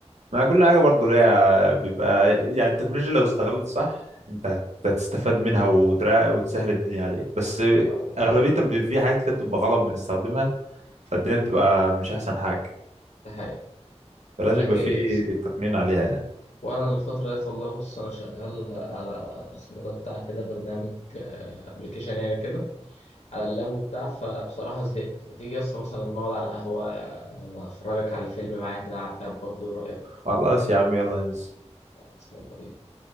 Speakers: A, on the right; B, on the left.
A: ما كل حاجه برضو ليها بيبقى يعني التكنولوجيا لو استغلت صح انت هت- هتستفاد منها وترا- وتسهل الدنيا عليك بس
B: ده حقيقة
A: اغلبيه بيبقى في حاجات كده بتبقى غلط بنستخدمها فالدنيا بتبقى مش احسن حاجه
B: ده حقيقة
A: فلازم
B: بقول لك
A: يبقى
B: إيه
A: في
B: الص-
A: تقنين عليها يعني
B: وأنا الفترة ديت والله بص أنا شغال على اسمه ده بتاع كده برنامج أبلكيشن يعني كده على اللاب وبتاع فبصراحة زهقت ما تيجي يسطا مثلا نقعد على القهوة أفرجك على فيلم معايا كده على اللاب برضه إيه رأيك؟
A: خلاص يا عم يلا ننزل
B: خلاص، يلا بينا